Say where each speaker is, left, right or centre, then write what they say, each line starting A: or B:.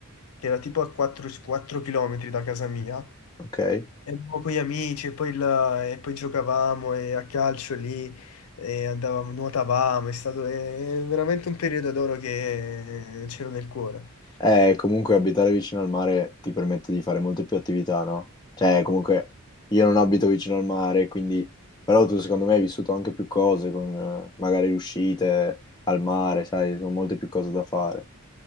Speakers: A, on the left; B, on the left.
A: che era tipo a 4, km da casa mia,
B: Ok.
A: e andavo con gli amici e poi, là- e poi giocavamo e a calcio lì, e andavamo, nuotavamo, è stato eh, veramente un periodo d'oro che eh, c'ero nel cuore.
B: Eh, comunque abitare vicino al mare ti permette di fare molte più attività, no? Cioè, comunque io non abito vicino al mare, quindi... Però tu secondo me hai vissuto anche più cose con eh, magari uscite al mare, sai, sono molte più cose da fare.